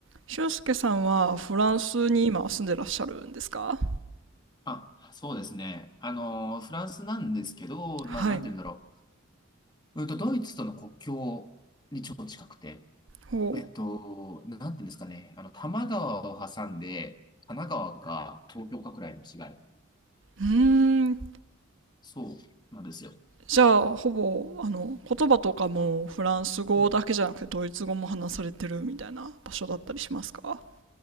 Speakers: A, on the right; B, on the left.
A: 俊介さんはフランスに今住んでらっしゃるんですか
B: あ、そうですね。あの、フランスなんですけど、
A: はい。
B: まあ、なんて言うんだろう。うんと、ドイツとの国境に超近くて、
A: ほ
B: えっと、なんて言うんですかね。あの、多摩川を挟んで、神奈川か東京かくらいの違い。
A: う。うーん。
B: そうなんですよ。
A: じゃあ、ほぼ、あの、言葉とかもフランス語だけじゃなくてドイツ語も話されてるみたいな場所だったりしますか
B: うん